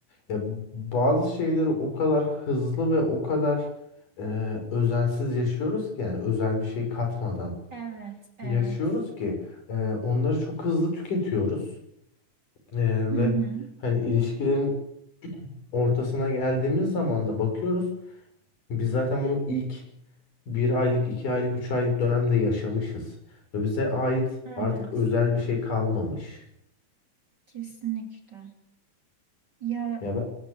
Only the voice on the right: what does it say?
Evet, evet.
Hı
hı.
Evet,
kesinlikle. Ya